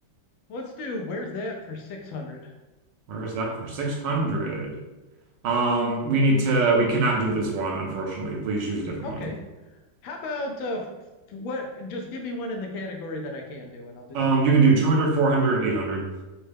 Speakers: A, on the left (about 85°); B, on the right (about 75°).
A: let's do where's that for 600.
B: Where is that for 600? Um, we need to we cannot do this one, unfortunately. Please choose a different
A: Okay.
B: one.
A: How about uh what just give me one in the category that I can do and I'll do
B: Um,
A: that.
B: you can do 200, 400, 800.